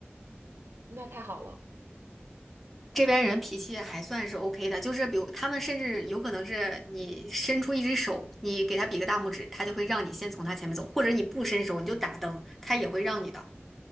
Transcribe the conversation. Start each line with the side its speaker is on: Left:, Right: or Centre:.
Right: 那太好了。
Centre: 这边人脾气还算是 OK 的，就是比如他们甚至有可能是你伸出一只手，你给他比个大拇指，他就会让你先从他前面走，或者你不伸手你就打灯，他也会让你的。